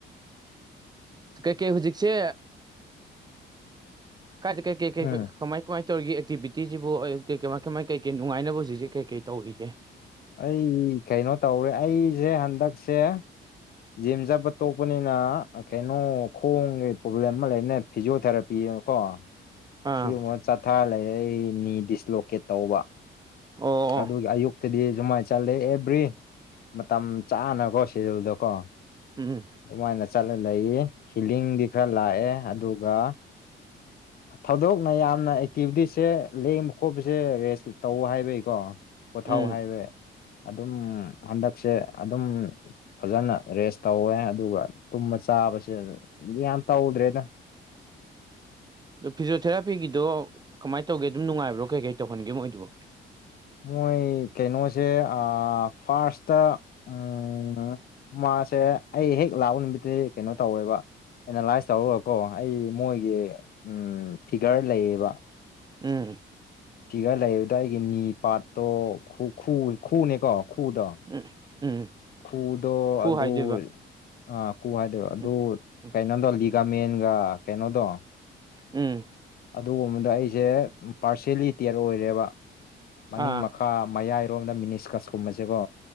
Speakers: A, on the right (about 20°); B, on the left (about 50°).
A: ꯀꯩꯀꯦ ꯍꯧꯖꯤꯛꯁꯦ ꯀꯥꯏꯖ ꯀꯩꯀꯦ
B: ꯎꯝ
A: ꯀ ꯀꯃꯥꯏ ꯀꯃꯥꯏ ꯇꯧꯔꯤꯒ ꯑꯦꯛꯇꯤꯕꯤꯇꯤꯁꯤꯕꯨ ꯀꯃꯥꯏ ꯀꯩꯀꯩ ꯅꯨꯡꯉꯥꯏꯅꯕ ꯍꯧꯖꯤꯛꯦ ꯀꯩꯀꯩ ꯇꯧꯔꯤꯒꯦ
B: ꯑꯩ ꯀꯩꯅꯣ ꯇꯧꯔꯦ ꯑꯩꯁꯦ ꯍꯟꯗꯛꯁꯦ ꯖꯤꯝ ꯆꯠꯄ ꯇꯣꯛꯄꯅꯤꯅ ꯀꯩꯅꯣ ꯈꯣꯡꯒꯤ ꯄ꯭ꯔꯣꯕ꯭ꯂꯦꯝ ꯑꯃ ꯂꯩꯕꯅꯦ ꯐꯤꯖꯤꯣꯊꯦꯔꯥꯄꯤꯕ ꯀꯣ
A: ꯑꯥ
B: ꯁꯤꯒꯨꯝꯕ ꯆꯥꯊꯥꯔ ꯂꯩꯔ ꯑꯩ ꯅꯤ ꯗꯤꯁꯂꯣꯀꯦꯠ ꯇꯧꯕ
A: ꯑꯣ ꯑꯣ
B: ꯑꯗ ꯑꯌꯨꯛ ꯇꯗꯤ ꯁꯨꯃꯥꯏꯅ ꯆꯠꯂꯦ ꯑꯦꯕ꯭ꯔꯤ ꯃꯇꯝ ꯆꯥꯅꯀꯣ ꯁꯦꯗꯨꯜꯗꯣ ꯀꯣ
A: ꯎꯝ
B: ꯑꯗꯨꯃꯥꯏꯅ ꯆꯠꯂ ꯂꯩꯌꯦ ꯐꯤꯂꯤꯡꯗꯤ ꯈꯔ ꯂꯥꯛꯑꯦ ꯑꯗꯨꯒ ꯊꯧꯗꯣꯛꯅ ꯌꯥꯝꯅ ꯑꯦꯛꯇꯤꯚꯤꯇꯤꯁꯁꯦ ꯂꯦꯡꯕ ꯈꯣꯠꯄꯁꯦ ꯔꯦꯁ ꯇꯧ ꯍꯥꯏꯕꯩꯀꯣ ꯄꯣꯊꯧꯥꯎ
A: ꯎꯝ
B: ꯍꯥꯏꯔꯦ ꯑꯗꯨꯝ ꯍꯟꯗꯛꯁꯦ ꯑꯗꯨꯝ ꯐꯖꯅ ꯔꯦꯁ ꯇꯧꯋꯦ ꯑꯗꯨꯒ ꯇꯨꯝꯕ ꯆꯥꯕꯁꯦ ꯌꯥꯝ ꯇꯧꯗ꯭ꯔꯦꯗ
A: ꯑꯗꯣ ꯐꯤꯖꯤꯣꯊꯦꯔꯥꯄꯤꯒꯤꯗꯣ ꯀꯃꯥꯏꯅ ꯇꯧꯒꯦ ꯑꯗꯨꯝꯅꯨꯡꯉꯥꯏꯕ꯭ꯔꯣ ꯀꯩ ꯀꯩ ꯇꯧꯍꯟꯒꯦ ꯃ ꯑꯣꯏꯗꯨꯕꯣ
B: ꯃꯣꯏ ꯀꯩꯅꯣꯁꯦ ꯑ ꯐꯥꯔꯁꯇ ꯎꯝ ꯃꯥꯁꯦ ꯑꯩ ꯍꯦꯛ ꯂꯥꯛꯎ ꯅꯨꯃꯤꯠꯇꯗꯤ ꯀꯩꯅꯣ ꯇꯧꯋꯦꯕ ꯑꯦꯅꯥꯂꯥꯏꯁ ꯇꯧꯔꯨꯔꯀꯣ ꯑꯩ ꯃꯣꯏꯒꯤ ꯎ ꯐꯤꯒꯔ ꯂꯩꯌꯦꯕ
A: ꯎꯝ
B: ꯐꯤꯒꯔ ꯂꯩꯌꯦ ꯑꯗꯣ ꯑꯩꯒꯤ ꯅꯤ ꯄꯥꯠꯇꯣ ꯈꯨ ꯈꯨꯎꯅꯦꯀꯣ ꯈꯨꯗꯣ
A: ꯎꯝ ꯎꯝ
B: ꯈꯨꯗꯣ
A: ꯈꯨ
B: ꯑꯗꯣꯏ
A: ꯍꯥꯏꯗꯣꯏꯕ
B: ꯑꯥ ꯈꯨ ꯍꯥꯏꯗꯣ ꯑꯗꯨ
A: ꯎꯝ ꯎꯝ
B: ꯀꯩꯅꯣ ꯗꯣꯂꯤꯒꯥ ꯃꯦꯟꯒ ꯀꯩꯅꯣꯗꯣ
A: ꯎꯝ
B: ꯑꯗꯨꯒꯨꯝꯕꯗ ꯑꯩꯁꯦ ꯄꯥꯔꯁꯦꯂꯤꯇꯦꯌꯔ ꯑꯣꯏꯔꯦꯕ ꯃꯅꯤꯡ
A: ꯑꯥ
B: ꯃꯈꯥ ꯃꯌꯥꯏꯔꯣꯝꯗ ꯃꯤꯅꯤꯁꯀꯁ ꯀꯨꯝꯕꯁꯦꯀꯣ